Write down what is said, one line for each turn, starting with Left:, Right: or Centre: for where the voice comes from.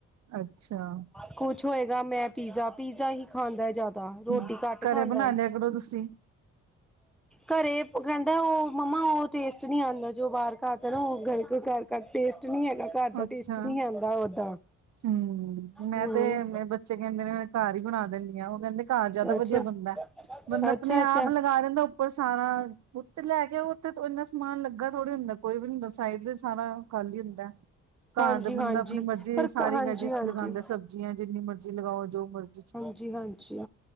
Right: ਅੱਛਾ,
Centre: ਕੁਛ ਹੋਏਗਾ ਮੈਂ ਪੀਜ਼ਾ ਪੀਜ਼ਾ ਹੀ ਖਾਂਦਾ ਜ਼ਿਆਦਾ। ਤਾਂ ਰੋਟੀ
Right: ਹਮ
Centre: ਘੱਟ
Right: ਘਰੇ
Centre: ਖਾਂਦਾ
Right: ਬਣਾ
Centre: ਏ।
Right: ਲਿਆ ਕਰੋ ਤੁਸੀਂ
Centre: ਘਰੇ ਕਹਿੰਦਾ ਉਹ ਮੰਮਾ ਉਹ ਟੇਸਟ ਨਹੀਂ ਆਂਦਾ ਜੋ ਬਾਹਰ ਆਤਾਂ ਨਾ ਉਹ ਘਰ ਪੇ, ਟੇਸਟ ਨਹੀਂ ਹੈਗਾ ਘਰ ਦਾ
Right: ਅੱਛਾ
Centre: ਟੇਸਟ ਨਹੀਂ ਆਂਦਾ ਓਦਾਂ।
Right: ਹੂੰ, ਮੈਂ
Centre: ਹਮ
Right: ਤੇ ਮੇ ਬੱਚੇ ਕਹਿੰਦੇ ਨੇ ਮੈਂ ਘਰ ਹੀ ਬਣਾ ਦਿਨੀ ਆ ਉਹ ਕਹਿੰਦੇ ਘਰ ਜ਼ਿਆਦਾ
Centre: ਅੱਛਾ
Right: ਵਧੀਆ ਬਣਦਾ ਬੰਦਾ
Centre: ਅੱਛਾ
Right: ਆਪਣੇ ਆਪ
Centre: ਅੱਛਾ
Right: ਲਗਾ ਲੈਂਦਾ ਪਰ ਸਾਰਾ ਉੱਤੇ ਲੈ ਕੇ ਉੱਥੇ ਇੰਨਾ ਸਮਾਨ ਲੱਗਾ ਥੋੜੀ ਹੁੰਦਾ ਕੋਈ ਵੀ ਨੀ ਹੁੰਦਾ। ਸਾਈਡ ਤੇ ਸਾਰਾ ਖਾਲੀ ਹੁੰਦਾ ਘਰ
Centre: ਹਾਂਜੀ
Right: ਤਾਂ ਬੰਦਾ
Centre: ਹਾਂਜੀ
Right: ਆਪਣੀ ਮਰਜ਼ੀ
Centre: ਪਰ
Right: ਸਾਰੀ
Centre: ਹਾਂਜੀ
Right: ਵੈਜ
Centre: ਹਾਂਜੀ
Right: ਲਗਾਦਾ ਸਬਜ਼ੀਆਂ ਜਿੰਨੀ ਮਰਜ਼ੀ ਲਗਾਓ ਜੋ ਮਰਜ਼
Centre: ਹਾਂਜੀ ਹਾਂਜੀ,